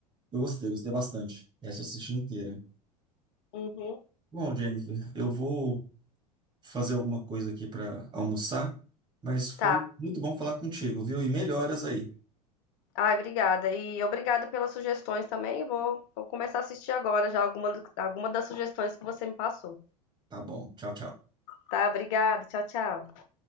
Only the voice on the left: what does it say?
Uhum.
Tá.
Ai, obrigada. E obrigado pelas sugestões também. Vou, vou começar a assistir agora já alguma, alguma das sugestões que você me passou.
Tá? Obrigada. Tchau, tchau.